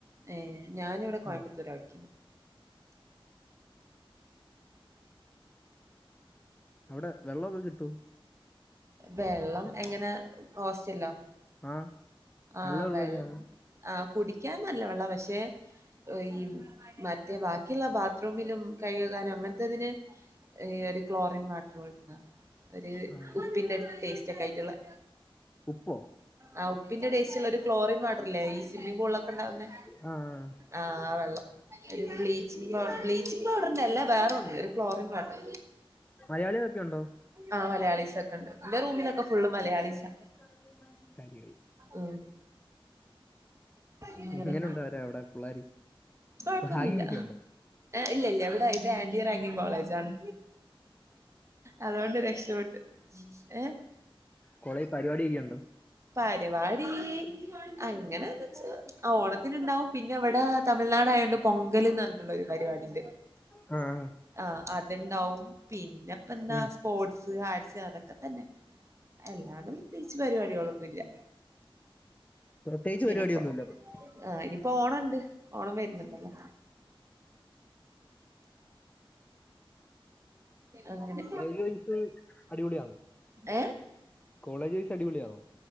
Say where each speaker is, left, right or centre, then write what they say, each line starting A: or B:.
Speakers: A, on the right; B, on the left.
A: ഏ ഞാനിവിടെ കോയമ്പത്തൂരാ
B: ഉം
A: പഠിക്കുന്നെ
B: അവിടെ വെള്ളമൊക്കെ കിട്ടുവോ?
A: വെള്ളം എങ്ങനാ ഹോസ്റ്റലിലോ
B: ആഹ്
A: ആഹ്
B: നല്ല വെള്ളമൊക്കെയാണോ
A: വെള്ള, ആഹ് കുടിക്കാൻ നല്ല വെള്ളമാ പക്ഷേ ഈ.. മറ്റേബാക്കിയുള്ള ബാത്റൂമിലും കൈകഴുകാനും അങ്ങനത്തേതിന് ഈയൊരു ക്ലോറിൻ വാട്ടർ പോലത്തെയാണ്. ഒരു
B: ആഹ്
A: ഉപ്പിന്റെ ടേസ്റ്റൊക്കെയായിട്ടുള്ളേ
B: ഉപ്പോ
A: ആഹ് ഉപ്പിന്റെ ടേസ്റ്റുള്ള ഒരു ക്ലോറിൻവാട്ടറില്ലേ ഈ സ്വിമ്മിംങ്ങ്പൂളിലൊക്കെ ഉണ്ടാകുന്നേ
B: ആഹ്
A: ആഹ് ആ വെള്ളം ഒരു ബ്ലീച്ചിംഗ് പൗഡർ ബ്ലീച്ചിംഗ്പൗഡറല്ല വേറൊന്നും ഒരു ക്ലോറിൻ വാട്ടർ
B: മലയാളികളൊക്കെ ഉണ്ടോ
A: ആ മലയാളീ സൊക്കെയുണ്ട്. എന്റെ റൂമിലൊക്കെ ഫുള്ള് മലയാളീസാ
B: !!!!!...
A: ഉം.. അങ്ങനെ
B: ഇങ്ങനുണ്ടോ അവരെ അവിടെ പിള്ളേര്
A: കൊഴപ്പമൊന്നുമില്ല,
B: റാഗിംഗ് ഒക്കെ ഉണ്ടോ
A: ഇല്ലയില്ല ഇവിടെ ഇത് ആന്റീറാഗിംങ്ങ് കോളേജാണ് അതുകൊണ്ടുരക്ഷപെട്ടു ഏ
B: കൊളേജിൽ പരിപാടിയൊക്കെയുണ്ടോ?
A: പരിപാടി അങ്ങനെയെന്നു വെച്ചാ ഓണത്തിനുണ്ടാവും. പിന്നെ ഇവിടെ തമിഴ്നാടായോണ്ടുപൊങ്കലെന്നു പറഞ്ഞിട്ടുള്ള ഒരു പരിപാടിയുണ്ട്.
B: ഉം
A: ആ അതുണ്ടാവും, പിന്നെപ്പമെന്താ
B: ഉം.
A: സ്പോർട്സ്, ആർട്സ് അതൊക്കെതന്നെ അല്ലാണ്ടുപ്രത്യേകിച്ചു പരിപാടികളൊന്നു ഇന്നില്ല
B: പ്രത്യേകിച്ച് പരിപാടിയൊന്നുമില്ല
A: ഇനിയിപ്പോ
B: ഇപ്പൊ.
A: ആ ഇനിയി ഇപ്പോ ഓണമുണ്ട് ഓണം വരുന്നുണ്ടല്ലോ അങ്ങനെ
B: മേരീക്വീൻസ് അടിപൊളിയാണോ
A: ഏ
B: കോളേജേഴ്സടിപൊളിയാണോ